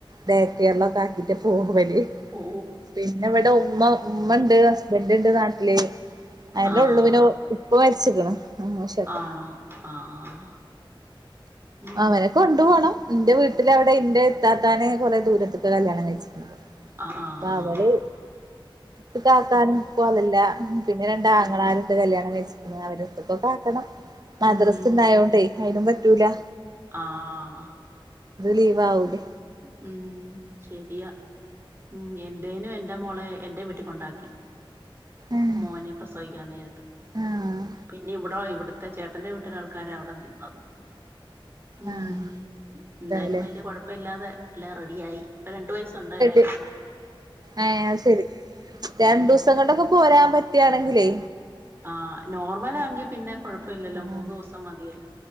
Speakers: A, on the right; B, on the right.
A: ഡെകെയർ ഒക്കെ ആക്കിട്ട് പോ വല്
B: ഓ
A: പിന്നെ ഇവിടെ ഉമ്മ ഉമ്മ ഇണ്ട് ബന്റ ണ്ട് നാട്ടില് അതന്നെ
B: ആഹ്
A: ഉള്ളു പിന്നെ ഇപ്പ മരിച്ചിക്കണ് അമ്മോശക്ക,
B: ആണോ ആഹ് ഉം
A: അവനൊക്കെ കൊണ്ടു പോണം എന്റെ വീട്ടിൽ അവിടെ എന്റെ ഇ ത്താത്താനെ കൊറെേ ദൂരത്തേക്ക കല്യാണം കഴിച്ചേ
B: ആഹ് ആഹ്
A: പ്പ
B: ആഹ്
A: അവള് ട്ട് കാക്കാനും കോലല്ല ഉം പിന്നെ രണ്ടാ
B: ഉം
A: ആങ്ങളാര്ണ്ട് കല്യാണം കഴിച്ചിക്ക്ന്നാ അവരെര്ത്ക്കൊക്കെ ആക്കണം മദ്റസ്
B: ഉം
A: ഉണ്ടായൊണ്ടേ ആയിനും റ്റൂലാ
B: ആഹ്
A: ലീവാവൂലേ
B: ഉം ശരിയാ ഉം എന്റെനും എന്റെ മോളെ എന്റെ കൊണ്ടാക്കി
A: ഏഹ്
B: മോനെ പ്രസവിക്കാൻ നേരത്ത്
A: ആഹ്
B: പിന്നെ ഇവിട ഇവിട ത്ത ചേട്ടന്റെ വീട്ടില ആൾക്കാരാ അവിടെ നിന്നത് ഉം
A: ആഹ്
B: ന്തായാലും
A: ല്ലേ
B: വല്യ കൊഴപ്പല്ലാതെ എല്ലാ റെഡിയായി പ്പ രണ്ടു വയസുണ്ട് എളേ
A: ഏ അയ് സരി രണ്ടൂസം
B: ഉം
A: കൊണ്ടൊക്കെ പോരാൻ പ റ്റാണെങ്കിലേ
B: ആഹ നോർമലാങ്കി പിന്നെ കൊഴപ്പെല്ലല്ലോ
A: ആഹ്
B: മൂന്നൂസം മതിയല്ല